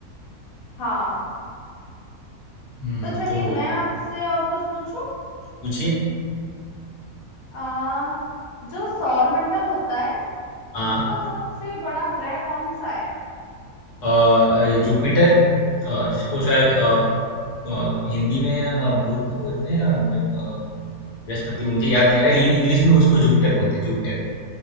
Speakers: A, on the left (about 65°); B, on the left (about 80°).
A: हाँ
B: हम्म
A: तो चलिए
B: तो
A: मैं आपसे और कुछ पूछूं
B: पूछिए
A: आ जो सौर मंडल होता है
B: हाँ
A: उसका सबसे बड़ा ग्रह कौन सा है
B: अ अ, ये जुपिटर अ, जिसको शायद अ, अ, हिंदी में अ, बुध बोलते हैं या ब- अ, बृहस्पति मुझे याद नहीं आ रहा है, लेकिन इंग्लिश में उसको जुपिटर बोलते हैं जुपिटर